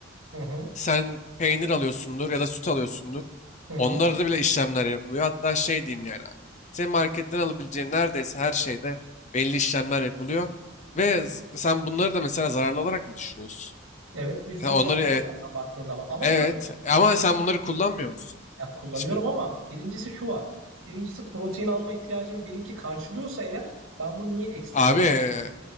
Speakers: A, on the right; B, on the left.
A: Hı hı,
B: Sen peynir alıyorsundur ya da süt alıyorsundur.
A: hı hı.
B: Onlarda bile işlemler yapılıyor. Hatta şey diyeyim yani abi. Senin marketten alabileceğin neredeyse her şeyde belli işlemler yapılıyor. Ve z- sen bunları da mesela zararlı olarak mı düşünüyorsun?
A: Evet birçoğu
B: Ya onları
A: zaman
B: evet,
A: da zaten baktığın zaman. Ama
B: evet
A: şöyle bir şey var.
B: ama sen bunları kullanmıyor musun
A: Ya kullanıyorum
B: hiçbirini?
A: ama birincisi şu var. Birincisi protein alma ihtiyacım benimki karşılıyorsa eğer ben bunu niye ekstra
B: Abi,
A: alayım?
B: e,